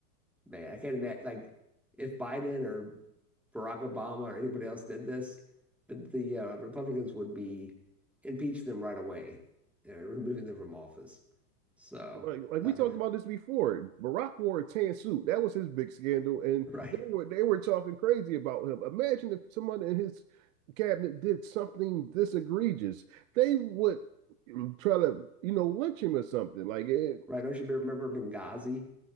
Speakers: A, in the centre; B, on the right (about 60°).
A: man, I can't imagine like if Biden or Barack Obama or anybody else did this, the, the uh, Republicans would be impeach them right away, uh, <laughs> removing them from office. So
B: Like, like
A: I
B: we talked
A: don't know.
B: about
A: <laughs>
B: this before. Barack wore a tan suit. That was his big scandal, and
A: Right.
B: they were they were talking crazy about him. Imagine if someone in his cabinet did something this egregious. They would mm, try to, you know, lynch him or something. Like it,
A: Right. Don't you remember Benghazi?